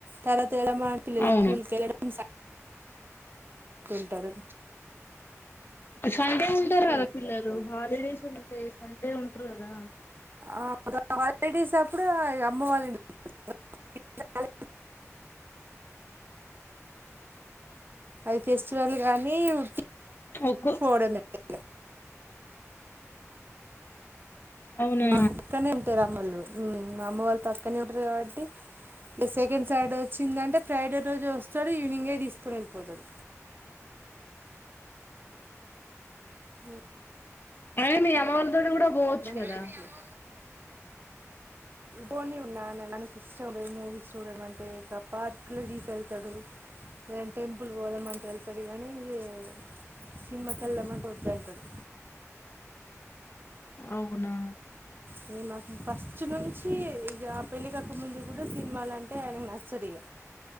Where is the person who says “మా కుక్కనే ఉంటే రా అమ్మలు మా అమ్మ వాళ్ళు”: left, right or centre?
Right